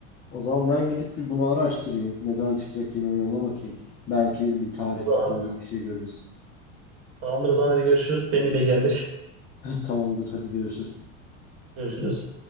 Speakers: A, on the left; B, on the right.
A: o zaman ben gidip bir bunu araştırayım. Ne zaman çıkacak yeni oyun ona bakayım. Belki bir tarih,
B: Tamam o zaman.
A: bir duyuru bir şey görürüz.
B: Tamamdır o zaman hadi görüşürüz. Beni de bilgilendir.
A: <laughs> Tamamdır. Hadi görüşürüz.
B: Görüşürüz.